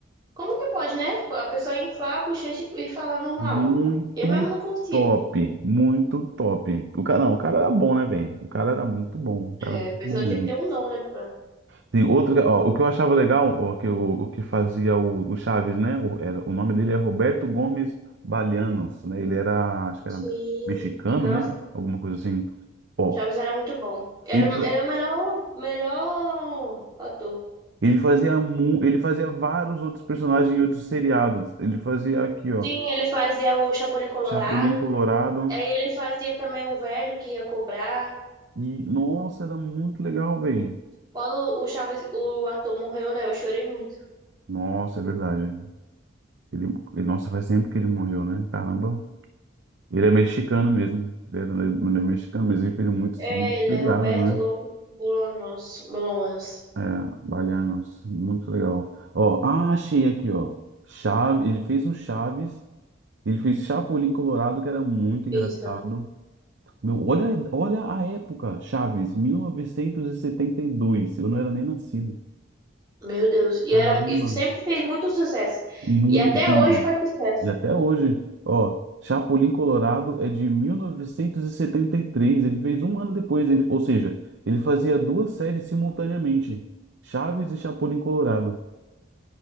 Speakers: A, on the right; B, on the right.
A: Como que pode, né? A pessoa inflar a bochecha e falar normal.
B: Muito
A: Eu mesmo não consigo.
B: top, muito top. O cara, não, o cara era bom, né, velho? O cara era muito bom, o cara
A: É,
B: era muito
A: a pessoa
B: bom mesmo.
A: tinha que ter um dom, né? Pra...
B: Tem outro, ga- ó, o que eu achava legal, ó, que o, o que fazia o, o Chaves, né? O, era, o nome dele é Roberto Gomes Balianos, né? Ele era, acho que
A: Sim.
B: era mexicano,
A: Nossa,
B: né? Alguma coisa assim. Ó,
A: Chaves era muito bom. Era,
B: ele, fa-
A: era o melhor, melhor ator.
B: ele fazia mu, ele fazia vários outros personagens em outros seriados. Ele fazia aqui, ó,
A: Sim, ele fazia o Chapolin Colorado.
B: Chapolin Colorado.
A: Aí ele fazia também um velho que ia cobrar.
B: E, nossa, era muito legal, velho.
A: Quando o Chaves, o ator morreu, né? Eu chorei muito.
B: Nossa, é verdade. Ele, ele- nossa, faz tempo que ele morreu, né? Caramba. Ele é mexicano mesmo. Ele é, ele é mexicano mesmo. Ele fez muitos
A: É, ele
B: feriados,
A: é Roberto
B: né?
A: Gomes Bolanos. Bolanos.
B: É, Baianos. Muito legal. Ó, ah, achei aqui, ó. Chaves, ele fez um Chaves. Ele fez Chapolin Colorado, que era muito engraçado.
A: Isso.
B: Meu, olha, olha a época, Chaves, 1972. Eu não era nem nascido.
A: Meu Deus. E,
B: Caramba,
A: era, e sempre fez muito sucesso.
B: muito
A: E até
B: sempre.
A: hoje faz sucesso.
B: E até hoje, ó, Chapolin Colorado é de mil novecentos e e setenta e três. Ele fez um ano depois, ele, ou seja, ele fazia duas séries simultaneamente, Chaves e Chapolin Colorado.